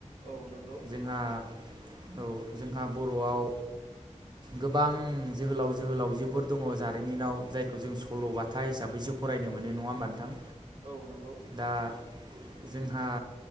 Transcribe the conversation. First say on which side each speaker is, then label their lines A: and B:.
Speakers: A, on the right; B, on the right.
A: औ नंगौ
B: जोंहा औ जोंहा बर'आव गोबां जोहोलाव जोहोलावजोफोर दङ जारिमिनाव जायखौ जों सल'बाथा हिसाबैसो फरायनो मोनो नङा होमबा नोंथां?
A: औ नंगौ
B: दा जोंहा